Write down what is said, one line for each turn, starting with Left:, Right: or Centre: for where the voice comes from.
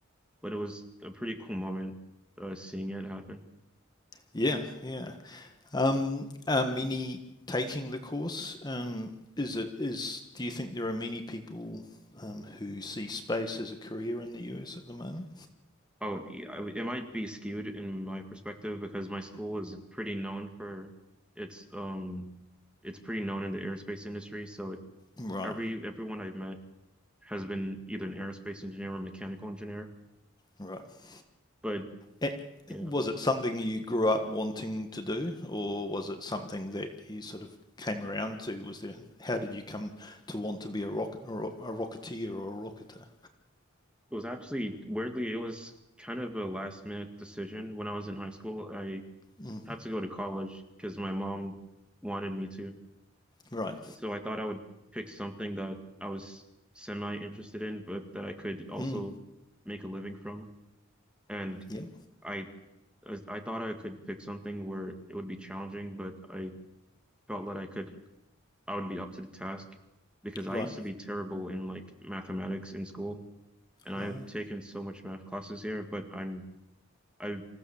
Centre: But it was a pretty cool moment uh, seeing it happen.
Left: yeah, yeah. Um, are many taking the course? Um, is it is? Do you think there are many people um, who see space as a career in the US at the moment?
Centre: Oh, yeah, I- it might be skewed in my perspective because my school is pretty known for its um it's pretty known in the aerospace industry. So it,
Left: Right,
Centre: every everyone I've met has been either an aerospace engineer or mechanical engineer.
Left: right.
Centre: But
Left: Eh,
Centre: Yeah.
Left: Was it something you grew up wanting to do, or was it something that you sort of came around to? Was there, how did you come to want to be a rock, a a rocketeer or a rocketer?
Centre: It was actually weirdly, it was kind of a last minute decision when I was in high school. I
Left: hmm
Centre: had to go to college because my mom wanted me to.
Left: Right.
Centre: So I thought I would pick something that I was semi interested in, but that I could also
Left: Mm.
Centre: make a living from. And
Left: Yep.
Centre: I I thought I could pick something where it would be challenging, but I felt that I could I would be up to the task because I
Left: Right.
Centre: used to be terrible in like mathematics in school. and I've
Left: Right.
Centre: taken so much math classes here, but I'm I